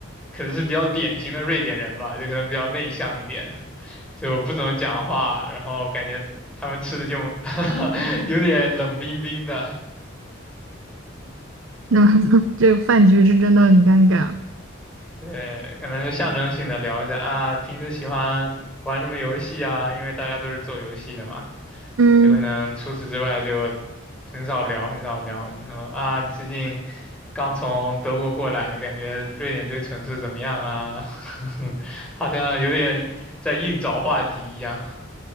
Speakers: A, in the centre; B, on the right.
A: 可能是比较典型的瑞典人吧，就可能比较内向一点，就不怎么讲话，然后感觉他们吃的就 <laughs> 有点冷冰冰的。
B: 那这个饭局是真的很尴尬。
A: 对，可能就象征性的聊一下啊，平时喜欢玩什么游戏啊？因为大家都是做游戏的嘛，
B: 嗯，
A: 有可能除此之外就很少聊，很少聊。你说啊，你最近刚从德国过来，感觉瑞典这个城市怎么样啊？<laughs> 好像有点在硬找话题一样。